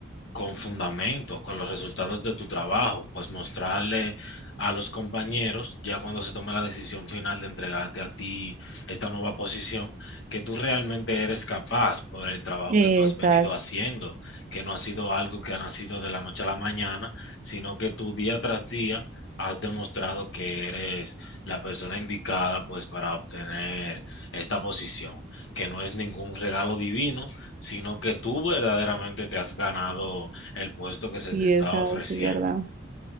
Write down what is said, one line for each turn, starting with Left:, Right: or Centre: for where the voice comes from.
Left: con fundamento, con los resultados de tu trabajo, pues mostrarle a los compañeros, ya cuando se tome la decisión final de entregarte a ti esta nueva posición, que tú realmente eres capaz por el trabajo
Right: Exacto,
Left: que tú has venido haciendo, que no ha sido algo que ha nacido de la noche a la mañana, sino que tú día tras día has demostrado que eres la persona indicada pues para obtener esta posición que no es ningún regalo divino, sino que tú verdaderamente te has ganado el puesto que se
Right: sí,
Left: te estaba
Right: exacto,
Left: ofreciendo.
Right: es verdad.